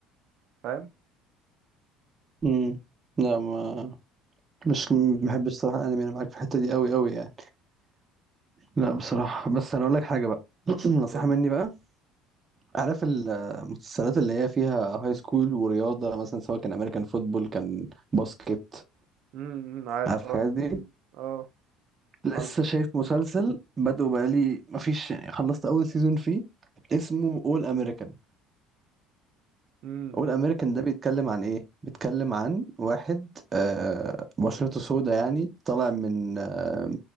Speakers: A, on the right; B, on the right.
A: فاهم
B: امم لا ما مش ما بحبش صراحة انمي انا معاك في الحتة دي قوي قوي يعني لا بصراحة بس أنا أقول لك حاجة بقى <clears throat> نصيحة
A: قول
B: مني
A: لي
B: بقى عارف المسلسلات اللي هي فيها هاي سكول ورياضة مثلا سواء كان أمريكان فوتبول كان باسكت
A: امم عارف
B: عارف
A: اه
B: الحاجات دي
A: اه
B: لسه
A: مالها
B: شايف مسلسل بدأه بقالي مفيش يعني خلصت أول سيزون فيه اسمه أول أمريكان
A: امم
B: أول أمريكان ده بيتكلم عن إيه؟ بيتكلم عن واحد آه، بشرته سودا يعني طالع من آه،